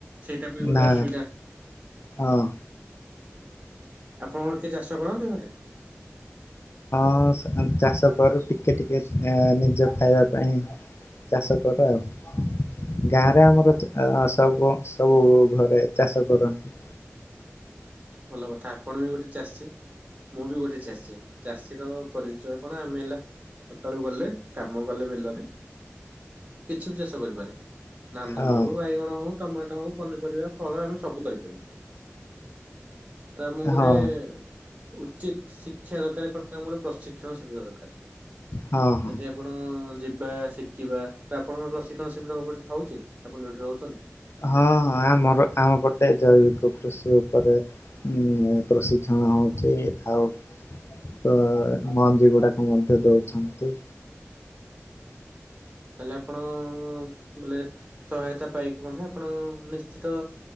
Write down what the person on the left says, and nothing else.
ନା
ହଁ
ହଁ ସାର ଚାଷ କରୁ ଟିକେ ଟିକେ ନିଜେ ଖାଇବା ପାଇଁ। ଚାଷ କର ଆଉ ଗାଁରେ ଆମର ସବୁ ସବୁ ଘରେ ଚାଷ କରନ୍ତି।
ହଁ
ହଁ
ହଁ ହଁ
ହଁ ହଁ। ଆମର ଆମ ପଟେ ଜୈବିକ କୃଷି ଉପରେ ହୁଁ ପ୍ରଶିକ୍ଷଣ ହେଉଛି ଆଉ ତ ମଞ୍ଜି ଗୁଡାକ ମଧ୍ୟ ଦଉଛନ୍ତି।